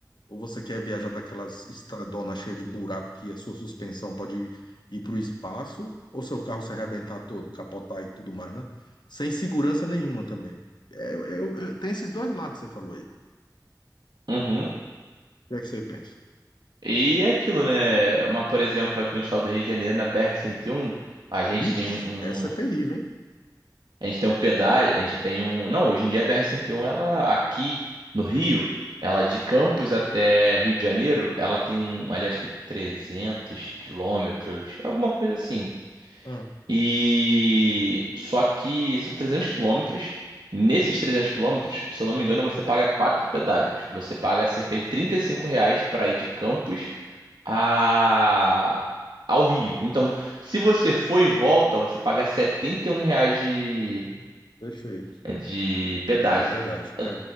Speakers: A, on the left (about 90°); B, on the right (about 85°).
A: ou você quer viajar daquelas estradonas cheias de buraco que a sua suspensão pode ir para o espaço, ou seu carro se arrebentar todo, capotar e tudo mais, né? Sem segurança nenhuma também. É, eu- eu- eu- tem esses dois lados que você falou aí. O
B: Uhum.
A: que é que você pensa?
B: E é aquilo, né? Uma, por exemplo, aqui no estado do Rio de Janeiro, na BR-101, a gente
A: Vixe,
B: tem um,
A: essa é terrível,
B: um-
A: hein?
B: a gente tem um pedágio, a gente tem um, não, hoje em dia a BR-101, ela aqui no Rio, ela de Campos até Rio de Janeiro, ela tem um, ali acho que 300 quilômetros, alguma coisa assim.
A: Ah,
B: E só que são 300 quilômetros. Nesses 300 quilômetros, se eu não me engano, você paga quatro pedágios. Você paga cerca de 35 reais para ir de Campos a- ao Rio. Então, se você for e volta, você paga R$ 71 reais de,
A: perfeito.
B: é, de pedágio.
A: De pedágio.
B: Eu
A: É.